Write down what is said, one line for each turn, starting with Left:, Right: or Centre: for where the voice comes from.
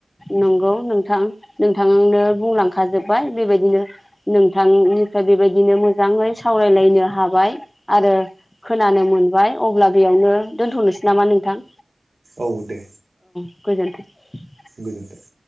Left: नंगौ नोंथां नोंथांनो बुंलांखाजोब्बाय बेबायदिनो नोंथांनिफ्राय बेबायदिनो मोजां सावरायलायनो हाबाय आरो खोनानो मोनबाय अब्ला बेयावनो दोनथ'नोसै नामा नोंथां
Right: औ दे
Left: गोजोनथों
Right: गोजोनथों